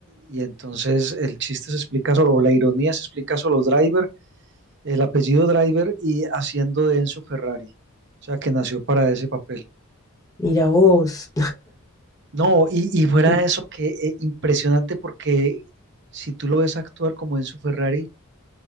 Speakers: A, on the right; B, on the left.
A: Y entonces el chiste se explica solo, o la ironía se explica solo Driver, el apellido Driver y haciendo de Enzo Ferrari. O sea, que nació para ese papel.
B: mira vos,
A: No, y, y fuera
B: <laughs>
A: de eso, que eh, impresionante porque si tú lo ves actuar como Enzo Ferrari,